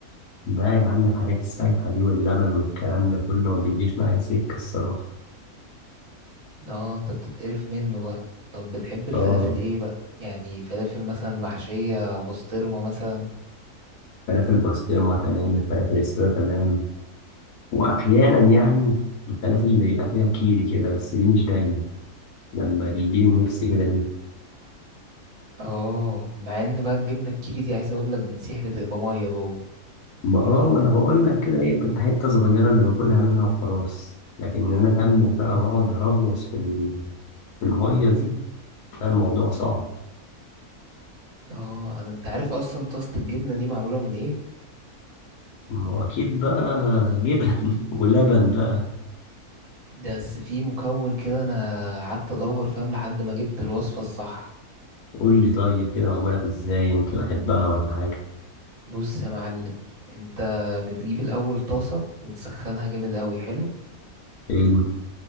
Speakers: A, on the left (about 80°); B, on the right (about 60°).
A: ده يا عم الحاجات السايحة دي واللبن والكلام ده كله ما بيجيش معايا سكة الصراحة
B: اه انت بتتقرف منه بقى طب بتحب الفلافل
A: اه
B: ايه بقى يعني فلافل مثلا محشية بسطرمة مثلا
A: فلافل بسطرمة تمام الفلافل السادة تمام وأحيانا يعني الفلافل اللي بيبقى فيها كيري كده بس دي مش دايما لما بيجيلي نفسي كده ليه
B: اه مع ان بقى الجبنة الكيري دي عايز اقولك بتسيح بتبقى مية جوه
A: ما اه ما انا بقول لك كده هي بتبقى حتة صغيرة اللي باكلها منها وخلاص لكن ان انا اكمل بقى واقعد اراغوص في ال- في المية دي كان الموضوع صعب
B: اه انا انت عارف اصلا طاسة الجبنة دي معمولة من ايه
A: ما هو اكيد بقى جبن <laughs> ولبن بقى
B: ده بس في مكون كده انا قعدت ادور فاهم لحد ما جبت الوصفة الصح
A: قول لي طيب كده معمولة ازاي يمكن احبها ولا حاجة
B: بص يا معلم انت بتجيب الاول طاسة وتسخنها جامد قوي حلو
A: ايه